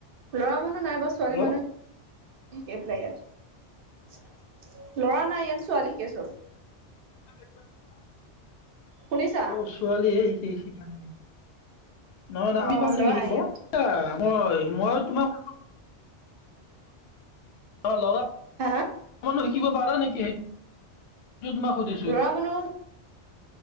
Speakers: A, on the right; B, on the left.
A: ল'ৰা মানুহ নাই বা ছোৱালী
B: হেল্ল'
A: মানুহ শিকেই পেলাই ইয়াত। লৰা নাই ইয়াত ছোৱালীকে চব।
B: <unintelligible>
A: শুনিছা
B: অ' ছোৱালীে শিকেই। নহ
A: অ
B: নি পাম
A: ল'ৰা
B: নেকি শিকিব
A: নাই ইয়াত
B: মই মই তোমাক অ' লৰা,
A: হা
B: শিকিব পাৰা নেকি সেই ত ম খুধিছো।
A: ল'ৰা মানুহ